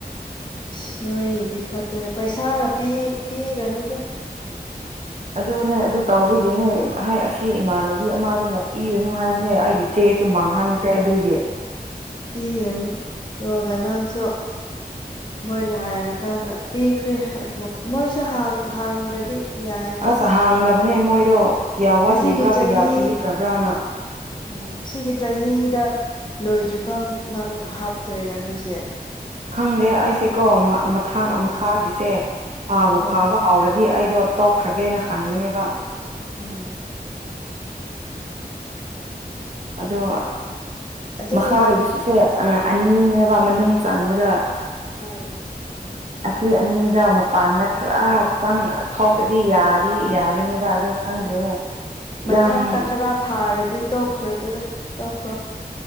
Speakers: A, on the left; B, on the right.
A: ꯏꯁ ꯅꯣꯢꯒꯤꯗꯤ ꯐꯠꯇꯦ ꯄꯩꯁꯥꯒ ꯄꯤ ꯄꯤꯔꯅꯨꯗ꯫
B: ꯑꯗꯨꯅꯦ ꯑꯗꯨ ꯇꯧꯕꯥꯒꯤꯅꯦ ꯍꯥꯏ ꯑꯁꯤ ꯏꯃꯥꯟꯅꯕꯤ ꯑꯃꯗꯨꯅ ꯄꯤꯔꯅꯨ ꯍꯥꯢꯕꯅꯦ
A: ꯎꯝ
B: ꯑꯩꯒꯤ ꯆꯦꯁꯨ ꯃꯥꯡꯍꯟꯈ꯭ꯔꯦ ꯗꯨꯒꯤ
A: ꯄꯤꯔꯥꯅꯨ ꯑꯗꯨꯒ ꯅꯪꯁꯨ ꯃꯣꯏꯅ ꯍꯥꯏꯔꯀꯥꯟꯗ ꯄꯤꯈ꯭ꯔꯦ ꯃꯣꯏꯁꯨ ꯍꯪꯗ꯭ꯔꯥꯗꯤ ꯌꯥꯏꯗ
B: ꯑꯁ ꯍꯥꯡꯗꯕꯅꯦ ꯃꯣꯢꯗꯣ ꯀ꯭ꯌꯥ ꯋꯥꯠꯂꯤꯕ꯭ꯔꯥ
A: ꯑꯁꯤꯒꯤ ꯆꯍꯤ
B: ꯀꯌꯥ ꯄꯤꯈ꯭ꯔꯕ꯭ꯔꯥꯅ
A: ꯑꯣ ꯁꯤꯒꯤ ꯆꯍꯤꯗ ꯂꯣꯢꯗ꯭ꯔꯤꯐꯥꯎ ꯅꯪ ꯍꯥꯞꯇꯣꯢꯔꯥ ꯅꯪꯁꯦ꯫
B: ꯈꯪꯗꯦ ꯑꯩꯁꯦꯀꯣ ꯃ ꯃꯊꯥ
A: ꯎꯝ
B: ꯃꯈꯥꯒꯤꯁꯦ ꯍꯥꯥꯕꯨ
A: ꯍꯣꯏ
B: ꯐꯥꯕ ꯍꯥꯎꯔꯗꯤ ꯑꯩꯗꯣ ꯇꯣꯛꯈ꯭ꯔꯥꯒꯦꯅ ꯈꯟꯕꯅꯦꯕ
A: ꯎꯝ
B: ꯑꯗꯣ
A: ꯑꯗꯨ
B: ꯃꯈꯥꯒꯤꯗꯨꯁꯨ
A: ꯌꯥꯝ
B: ꯁꯦ ꯑꯅꯤꯅꯦꯕ ꯃꯅꯨꯡ ꯆꯪꯕꯗ
A: ꯎꯝ
B: ꯁꯤ ꯑꯅꯤꯗ ꯃꯄꯥꯟꯗ ꯄꯨꯔꯥ ꯄꯪ ꯊꯣꯛꯑꯗꯤ ꯌꯥꯗꯤ ꯌꯥꯒꯅꯤꯕ ꯑꯗꯣ ꯈꯪꯗꯦꯅꯦ ꯌꯥꯝ
A: ꯃꯥꯊꯛꯇ ꯈꯔꯥ ꯐꯥꯔꯗꯤ ꯇꯣꯛꯈ꯭ꯔꯣ ꯑꯗꯨꯒ ꯇꯣꯛꯈ꯭ꯔꯣ